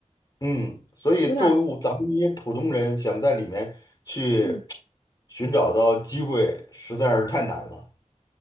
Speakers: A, on the left; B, on the left.
A: 嗯，所以作为我咱们这些普通人，
B: 有点儿。
A: 想在里面去
B: 嗯。
A: 寻找到机会，实在是太难了。